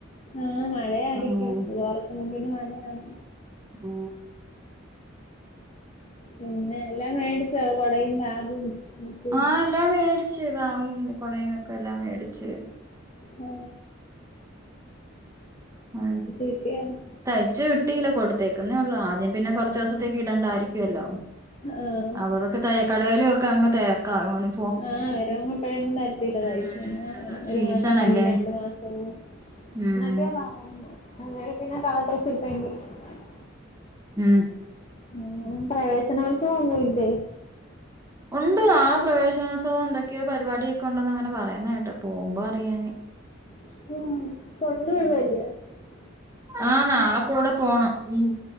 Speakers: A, on the left; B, on the right.
A: ആ മഴയായിരിക്കും
B: അങ്ങനെ
A: സ്കൂൾ തുറക്കുമ്പോ പിന്നെ മഴയാന്
B: ഉഹ <unintelligible>
A: പിന്നെ എല്ലാം മേടിച്ച കൊടയും ബാഗും ബുക്കും
B: ആ എല്ലാം മേടിച്ച്ബാഗും കൊടയും ഒക്കെ എല്ലാം മേടിച്ച്
A: ആ
B: ആ
A: കിട്ടിയോ
B: തയച്ച് ക് കുട്ടിയില കൊടുത്തേക്കുന്നേ ഉള്ളൂ ആദ്യം പിന്നെ കുറച്ച ദിവസത്തേക്ക് ഇടണ്ടായിരിക്കുല്ലോ
A: ആഹ്
B: അവിടെക്കെ തയ്യക്കടയില് ഒക്കെ അങ്ങ് തെരക്കാ <unintelligible>
A: ആ വരും ഇപ്പഴേങ്ങും വരത്തില്ല
B: ഉം
A: ഒരു
B: സീസണല്ലേ
A: മാസം <unintelligible> മാസവും
B: ഉം
A: എന്നക്കെയാ പറയുന്നേ അന്നേര പിന്ന കളർ ഡ്രസ്സ്‌ ഇട് <unintelligible>
B: മ്
A: മം പ്രവേശനോത്സവൊന്നൂല്ലേ
B: ഉണ്ട് ആ ആ പ്രവേശനോത്സവം എന്തൊക്കെയോ പരിപാടിക്കെ ഉണ്ടോന്ന് അങ്ങനെ പറയ്ന്ന് കേട്ട് പോകുമ്പോ അറിയാനി
A: മ് <unintelligible>
B: ആ നാളെ കൂടെ പോണം മ്